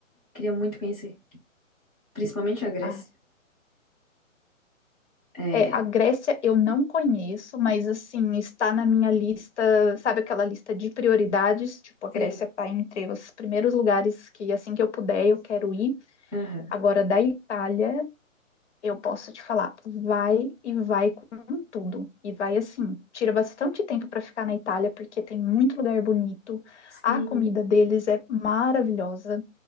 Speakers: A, in the centre; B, on the left (about 60°).
A: Queria muito conhecer, principalmente a Grécia.
B: Ah,
A: É,
B: é, a Grécia eu não conheço, mas, assim, está na minha lista, sabe aquela lista de prioridades? Tipo, a
A: sim,
B: Grécia está entre os primeiros lugares que, assim que eu puder, eu quero ir.
A: aham,
B: Agora, da Itália... Eu posso te falar, vai e vai com tudo. E vai assim, tira bastante tempo para ficar na Itália, porque tem muito lugar bonito.
A: sim.
B: A comida deles é maravilhosa.